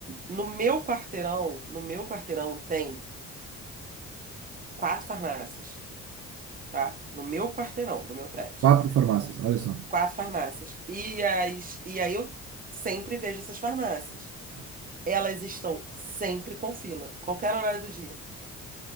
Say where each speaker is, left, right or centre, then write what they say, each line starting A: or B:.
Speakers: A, on the right; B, on the right.
A: No meu quarteirão, no meu quarteirão tem quatro farmácias, tá? No meu quarteirão, do meu prédio.
B: quatro farmácias, olha só.
A: Quatro farmácias. E as, e aí eu sempre vejo essas farmácias. Elas estão sempre com fila, qualquer horário do dia.